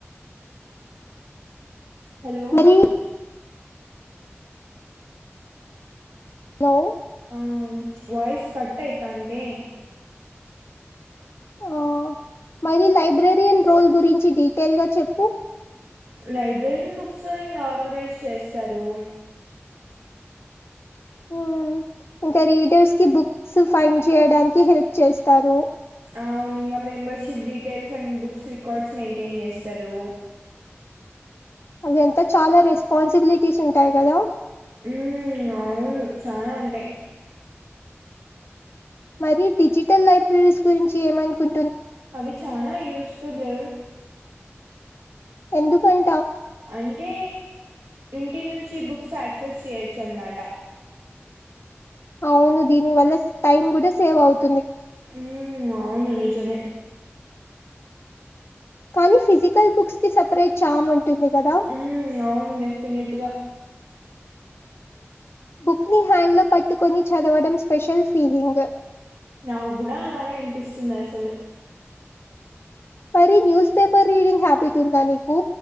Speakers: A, on the right; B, on the left.
A: హలో
B: మరి లో
A: ఆ అవును వాయిస్ కట్ అయితా అంటే
B: ఆ మరి లైబ్రరియన్ రోల్ గురించి డీటెయిల్గా చెప్పు?
A: లైబ్రరీయన్ బుక్స్ ఇంగ ఆర్గనైజ్ చేస్తారు.
B: ఉమ్ ఇంకా రీడర్స్ కి బుక్స్ ఫైండ్ చేయడానికి హెల్ప్ చేస్తారు.
A: ఆవును ఇంగా membership details and books records maintain చేస్తరు.
B: అవి అంతా చాలా రెస్పాన్సిబిలిటీస్ ఉంటాయి కదా.
A: ఉమ్ అవును చానా ఉంటయి.
B: మరి డిజిటల్ లైబ్రరీస్ గురించి ఏమనుకుం
A: అవి చానా యూస్ఫుల్.
B: ఎందుకం
A: అంటే ఇంటి నుంచి బుక్స్ యాక్సెస్ చెయొచ్చు అనమాట
B: అవును దీనివల్ల టైమ్ కూడా సేవ్ అవుతు
A: మ్మ్ అవును నిజమే
B: కానీ ఫిజికల్ బుక్స్ కి సపరేట్ చాము ఉంటుంది కదా
A: ఉమ్ అవును డెఫినెట్గా
B: బుక్ ని హ్యాండ్ లో పట్టుకొని చదవడం స్పెషల్ ఫీలింగ్
A: నాకు కూడా అలానే అనిపిస్తుంది అసలు
B: మరి న్యూస్ పేపర్ రీడింగ్ హ్యాబిట్ ఉందా నీకు